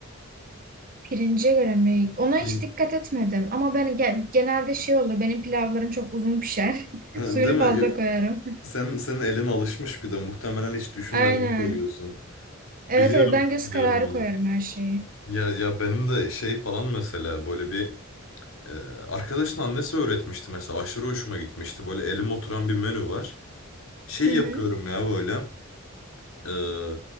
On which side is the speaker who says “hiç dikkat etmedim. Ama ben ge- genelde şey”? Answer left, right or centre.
Right